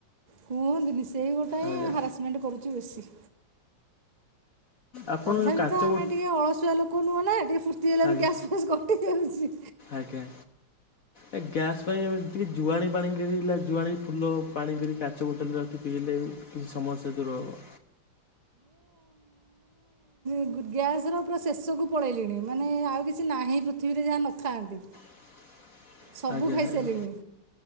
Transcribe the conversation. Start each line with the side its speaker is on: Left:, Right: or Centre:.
Right: କୁହନ୍ତିନି ସେଇ ଗୋଟା ହିଁ
Left: ଆଜ୍ଞା
Right: ହାରାସମେଣ୍ଟ କରୁଛି ବେଶୀ।
Left: ଆପଣ
Right: ତଥାପି
Left: କାଚ
Right: ତ ଆମେ
Left: ବୋଟ
Right: ଟିକେ ଅଳସୁଆ ଲୋକ ନୁହଁ ନା ଟିକେ ଫୁର୍ତ୍ତି ହେଲାରୁ
Left: ଆଜ୍ଞା
Right: ଗ୍ୟାସ୍ ଫ୍ୟାସ୍ କଟି ଯାଉଚି।
Left: ଆଜ୍ଞା। ଏ ଗ୍ୟାସ୍ ପାଇଁ ଆମେ ଯେତିକି ଜୁଆଣି ପାଣି କରଲା ଜୁଆଣି ଫୁଲ ପାଣି କରି କାଚ ବୋତଲରେ ପିଇଲେ ବି କିଛି ସମସ୍ୟା ଦୂର ହେବ।
Right: ଗ୍ୟାସ ର ପୁରା ଶେଷକୁ ପଳେଇଲିଣି। ମାନେ ଆଉ କିଛି ନାହିଁ ପୃଥିବୀରେ ଯାହା ନ ଖାଆନ୍ତି।
Left: <inaudible>
Right: ସବୁ
Left: ଆଜ୍ଞା
Right: ଖାଇସାରିଲିଣି
Left: ଆଜ୍ଞା।